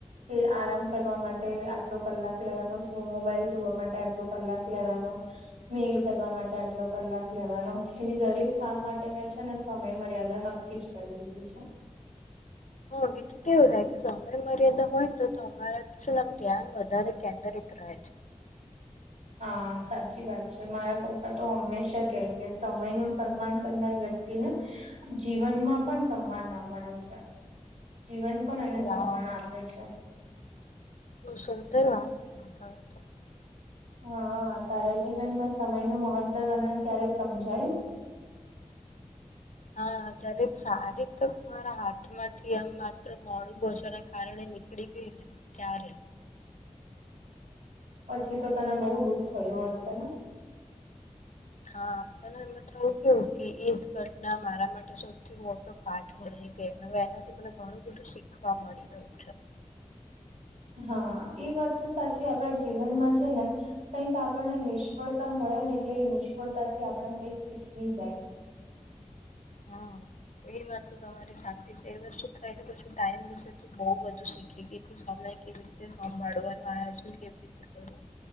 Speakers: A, on the right; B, on the left.
A: કે આરામ કરવા માટે આટલો કલાક લેવાનો મોબાઈલ જોવા માટે આટલો કલાક લેવાનો મેલ કરવા માટે આટલો કલાક લેવાનું એવી દરેક કામ માટે મેં છે ને સમય મર્યાદા નક્કી જ કરી દીધી છે
B: હ એલે કેવું થાય કે સમય મર્યાદા હોય ને તો તમારાુંમ ધ્યાન વધારે કેન્દ્ર રહે છે
A: હા સાચી વાત છે મારા પપ્પા તો હંમેશા કે કે સમય નું સન્માન કરનાર વ્યક્તિ ને જીવનમાં પણ સમાન ના મળે છે જીવન પણ એને
B: વાહ
A: સન્માન આપે છે
B: બહુ સુંદર વાત કીધતા હોય તો
A: હા તારા જીવનમાં સમય નું મહત્ત્વ તને ક્યારેય સમજાયું
B: હા જય્યારે સારી તો મારા હાથમાંથી આમ માત્ર મોડું પોચવા ના કારણે ની પકડી ગઈ ને ચાલે
A: પછી તો તને બઉુ દુઃખ થયું હશે ને
B: હા પણ એમાં થવું કેવું કે એ જ ઘટના મારા માટે શું થી મોટો પાઠ બની ગયો હવે એનાથી મને ઘણું બધું શીખવા મળી રહ્યું છે.
A: હા એ વાત તો સાચી આપણા જીવનમાં છે, ને કઈક આપણને નિષ્ફળતા મળે ને એટલે એ નિષ્ફળતાથી આપણે કઈક શીખવી જાય
B: હા એ વાત તો તમારી સાચી છે એ વસ્તુ થાયને પછી ટાઈમ વિશે બઉ બધું શીખી ગઈ સમય કેવી રીતે સાભાળવાનું આયોજન કેવી રીતે કરવું